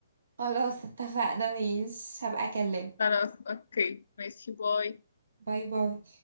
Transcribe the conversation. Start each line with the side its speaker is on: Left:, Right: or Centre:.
Right: خلاص اتفقنا ماشي هبقى اكلمك
Left: خلاص اوكي ماشي باي
Right: باي باي